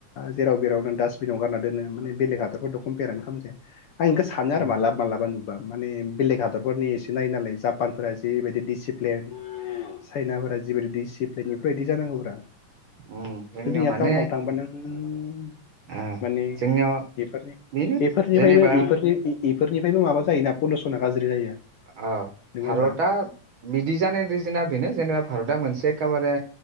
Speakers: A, on the left; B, on the right.
A: जेराव मेरावनो डास्टबिनाव गारनादोनो माने बेलेग हादरफोरदो कमपेयारानो खामजाया। आं इखो सानो आरो
B: उम
A: मालाबा मालाबा नु बा माने बेलेग हादरफोरनि एसे नायोनालाय जापानफोरा जिरैबायदि डिसिप्लेन चाइनाफोरा जिबायदि डिसिप्लेन इफोरबायदि जानांगोब्रा।
B: उम जोंनियाव
A: जोंनिया
B: माने
A: टाउनाव थांबा नों उम।
B: ओ
A: माने
B: जोंनियाव
A: बेफोरनि
B: बेनो
A: बेफोरनिफायबो
B: जेनेबा
A: एफोरनि इफोरनिफायबो माबा जायोना पलुसना गाज्रि जायो।
B: आ
A: नङा
B: भारतआ
A: होमबा
B: बिदिजानाय रिजोना बेनो जेनेबा भारतआ मोनसे खाबारे